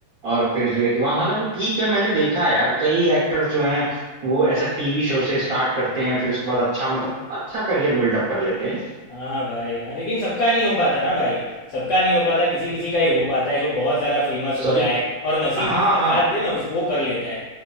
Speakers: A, on the right; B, on the left.
A: और फिर जो है कि वहाँ हालांकि ठीक है मैंने देखा है यार कई एक्टर्स जो हैं वो ऐसा टीवी शो से स्टार्ट करते हैं फिर उसके बाद अच्छा मतलब अच्छा करियर बिल्डअप कर लेते हैं
B: हाँ भाई हाँ लेकिन सबका नहीं हो पाता ना भाई सबका नहीं हो पाता किसी किसी का ही हो पाता है जो बहुत ज़्यादा फेमस हो
A: सॉरी
B: जाए और नसीब
A: हाँ
B: जिसका
A: हाँ
B: साथ दे ना उस वो कर लेता है